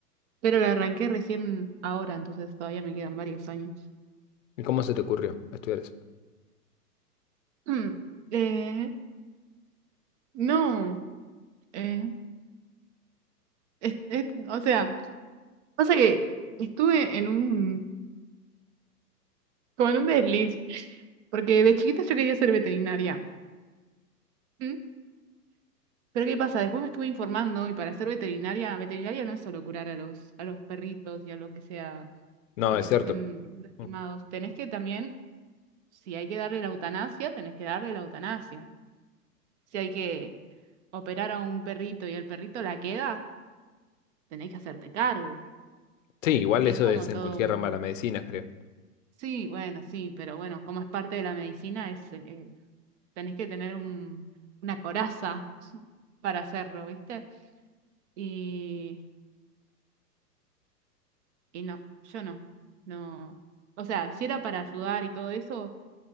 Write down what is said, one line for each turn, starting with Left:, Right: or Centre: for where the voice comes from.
Right: pero la arranqué recién ahora, entonces todavía me quedan varios años.
Left: ¿Y cómo se te ocurrió estudiar eso?
Right: Mm, eh, no, eh, es- es- o sea... Pasa que estuve en un, como en un desliz, porque de chiquita yo quería ser veterinaria. ¿Mm? Pero ¿qué pasa? Después me estuve informando y para ser veterinaria, veterinaria no es solo curar a los, a los perritos y a lo que sea
Left: No,
Right: eh,
Left: es
Right: que
Left: cierto.
Right: estén lastimados.
Left: Mm.
Right: Tenés que también, si hay que darle la eutanasia, tenés que darle la eutanasia. Si hay que operar a un perrito y el perrito la queda, tenés que hacerte cargo.
Left: Sí, igual
Right: Es
Left: eso
Right: como
Left: es
Right: todo
Left: en cualquier
Right: un...
Left: rama de la medicina, creo.
Right: Sí, bueno, sí, pero bueno, como es parte de la medicina, es, eh, tenés que tener un, una coraza <laughs> para hacerlo, ¿viste? Y, y no, yo no, no. O sea, si era para ayudar y todo eso,